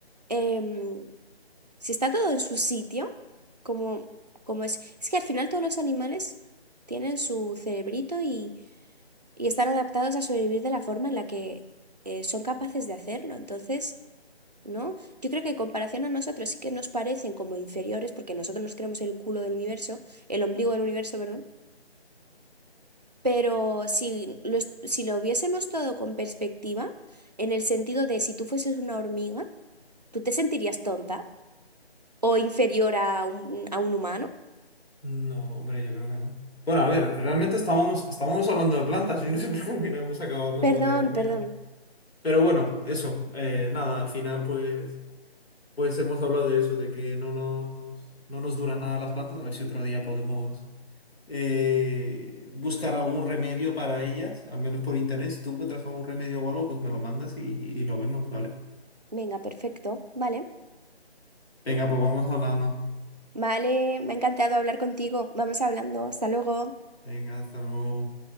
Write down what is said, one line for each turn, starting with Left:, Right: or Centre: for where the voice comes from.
Right: em, si está todo en su sitio, como, como es. Es que al final todos los animales tienen su cerebrito y, y están adaptados a sobrevivir de la forma en la que eh, son capaces de hacerlo. Entonces, ¿no? Yo creo que en comparación a nosotros sí que nos parecen como inferiores, porque nosotros nos creemos el culo del universo, el ombligo del universo, perdón. Pero si lo, est- si lo viésemos todo con perspectiva, en el sentido de si tú fueses una hormiga, ¿Tú te sentirías tonta o inferior a un, a un humano?
Left: No, hombre, yo creo que no. Bueno, a ver, realmente estábamos, estábamos hablando de plantas <laughs> y no sé por qué al final hemos acabado hablando
Right: Perdón,
Left: de hormigas.
Right: perdón.
Left: Pero bueno, eso, eh, nada, al final pues, pues hemos hablado de eso, de que no nos, no nos duran nada las plantas, a ver si otro día podemos eh, buscar algún remedio para ellas, al menos por internet. Si tú encuentras algún remedio o algo, pues me lo mandas y, y lo vemos, ¿vale?
Right: Venga, perfecto. Vale.
Left: Venga, pues vamos hablando.
Right: Vale, me ha encantado hablar contigo. Vamos hablando. Hasta luego.
Left: Venga, hasta luego.